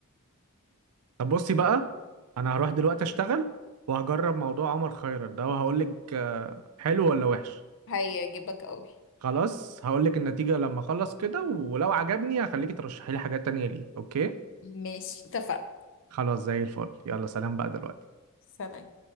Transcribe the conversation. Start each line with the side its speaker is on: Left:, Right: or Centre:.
Right: طب بصي بقى انا هروح دلوقتي اشتغل وهجرب موضوع عمر خيرت ده وهقول لك آه، حلو ولا وحش
Left: <laughs> هيعجبك قوي
Right: خلاص هقول لك النتيجة لما اخلص كده ولو عجبني هخليكي ترشحي لي حاجات تانية ليه اوكي
Left: ماشي اتفقنا
Right: خلاص زي الفل يلا سلام بقى دلوقتي
Left: سلام